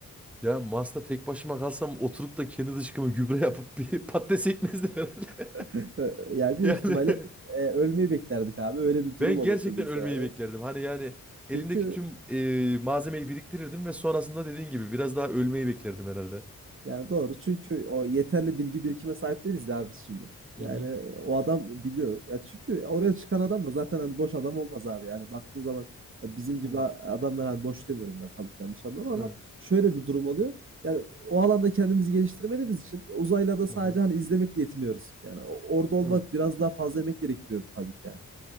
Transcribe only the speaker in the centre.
Ya Mars'ta tek başıma kalsam oturup da kendi dışkıma gübre yapıp bir <laughs> patates ekmezdim herhalde.
<laughs> Yani
Ben
gerçekten
ölmeyi
beklerdim. Hani yani elimdeki
tüm e, malzemeyi biriktirirdim ve sonrasında dediğin gibi biraz daha ölmeyi beklerdim herhalde.
Hı
hı.
Evet.
Evet.
Hı hı.
Evet.